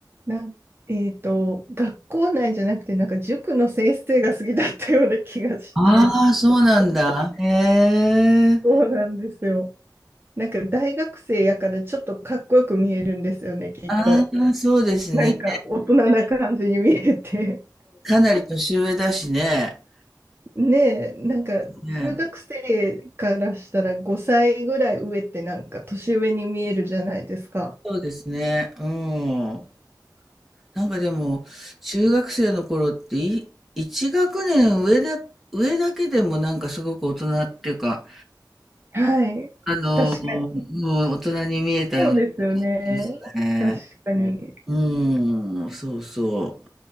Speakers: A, on the right (about 30°); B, in the centre.
A: なん、えっと、学校内じゃなくて、なんか塾の先生が好きだったような気がして。
B: ああ、そうなんだ。へえ。
A: そうなんですよ。なんか大学生やからちょっとかっこよく見えるんですよね、きっと。
B: ああ、そうですね。
A: なんか大人な感じに見えて。
B: かなり年上だしね。
A: <laughs> ねえ、なんか中学生からしたら5歳ぐらい上ってなんか年上に見えるじゃないですか。
B: ね。そうですね。うん。なんかでも、中学生の頃ってい、一学年上で、上だけでもなんかすごく大人っていうか、
A: はい。
B: あの、
A: 確かに。
B: もう大人に見えたような気
A: そうですよね。
B: がするね。
A: 確かに。
B: うーん、そうそ